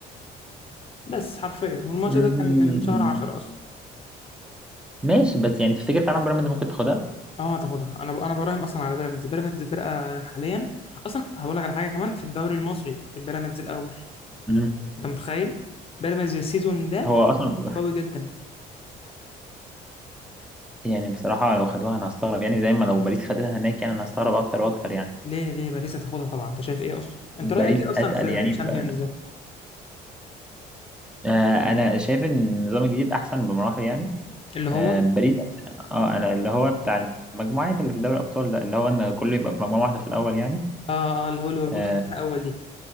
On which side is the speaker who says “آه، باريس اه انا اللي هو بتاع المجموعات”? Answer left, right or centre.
Centre